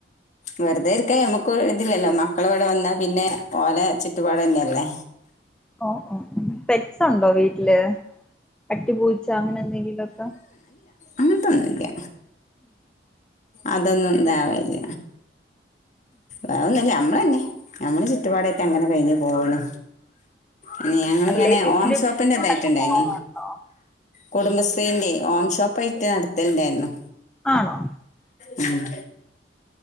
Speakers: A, on the left; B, in the centre.
A: വെറുതെ ഇരിക്കാ മ്മക്ക് ഇതില്ലല്ലോ മക്കൾ ഇവിടെ വന്നാ പിന്നെ ഓലെ ചുറ്റുപാട തന്നെയല്ലേ
B: ഓ ഓ പെറ്റ്സ് ഉണ്ടോ വീട്ടില് പട്ടി പൂച്ച അങ്ങനെ എന്തെങ്കിലുഒ ക്കെ
A: അങ്ങനത്തൊന്നുല്ല അതൊന്നും ഇണ്ടാവല്ല വന്നില്ല നമ്മള തന്നെ നമ്മള് ചുറ്റുപാടൊക്കെ അങ്ങനെ കഴിഞ്ഞ് പോകണ് അനി ഞങ്ങിങ്ങനെ
B: റിലേറ്റീവ്സിന്റെ
A: ഓം ഷോപ്പിന്റെ
B: വീട്ടിലോട്ടൊക്കെ
A: ഇതായിട്ടുണ്ടായിന
B: പോവാറുണ്ടോ
A: കുടുംബശ്രീന്റെ ഓം ഷോപ്പയിട്ട് നടത്തലുണ്ടായിരുന്നു
B: ആണോ
A: ഉം നിങ്ങ